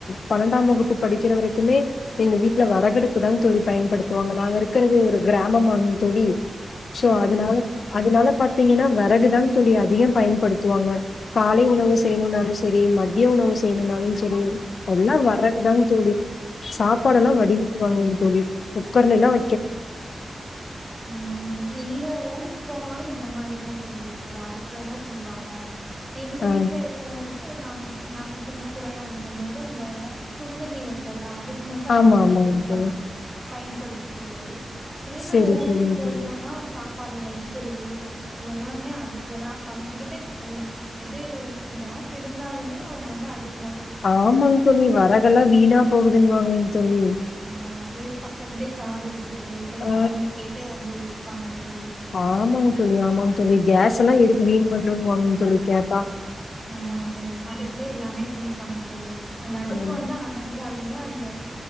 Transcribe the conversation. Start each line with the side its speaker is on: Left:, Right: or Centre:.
Left: பன்னெண்டாம் வகுப்பு படிக்கிற வரைக்குமே எங்க வீட்ல வறகடுப்பு தாங் தோழி பயன்படுத்துவாங்க நாங்க இருக்குறது ஒரு கிராமமாங் தோழி சோ
Right: சரிங்க
Left: அதுனால
Right: தோழி
Left: அதுனால பாத் தீங்கன்னா வ அது தான் தோழி அதிகம் பயன்படுத்துவாங்க காலை உணவு செய்யணும்னாலும் சேரி ம தியும் உணவு செ செய்யணும்னாலும் சேரி அதல்லாம் வறதுதான்னு தோழி சாப்பாடுயெல்லாம் வடிக்கட்டு வாங்கங் தோழி குக்கார் எல்லாம்
Right: ஆமாங்க இல்ல ஊரு போனாலும் இந்த மாரி தான் தோழி இருக்கும் அடுப்புல தான் செய்வாங்க கா எங்க
Left: ஆ
Right: வீட்டுல இருக்கிற வரைக்கும் நாங்க நாங்க சின்ன புள்ளயா இருக்கும் போது அந்த சுடுதண்ணி வெப்பம்ல்ல அது மட்டும் அந்த
Left: ஆமா,
Right: அடுப்ப
Left: ஆமாங்க
Right: யூஸ் ப
Left: தோழி.
Right: பயன்படுத் ப்ப தோழி திடீர் நாங்க
Left: சரி,
Right: ஊருக்கு
Left: சரிங்க
Right: போயிட்டோம்னா
Left: தோழி.
Right: சாப் சப்பாடு வடிக்கிறது இத எல்லாமே அடுப்புலதான் அவுங்க கிட்ட அ இது கேஸ் இருந்தாலுமே அவுங்க வந்து அடுப்
Left: ஆமாங்க தோழி வெரகெல்லாம் வீணா போகுதுன்னுவாங்க தோழி
Right: ஆஹ் போய் பக்கத்துலயே காடு இருக்கு தோழி போய்
Left: ஆ
Right: வரகு வெட்டுட்டு வந்து வச்சுப்பாங்க தோழி
Left: ஆமாங்க தோழி, ஆமாங்க தோழி. கேஸ் எல்லாம் எதுக்கு வீண் பண்ணணும்னுவாங்கங்க தோழி கேட்டா.
Right: ஆமாம் தோழி அடுப்புல எல்லாமே பண்ணி ஆமாம் தோழி அந்த அடுப்பு
Left: ஆ.
Right: வந்து அனஞ்ச சாலுமே அந்த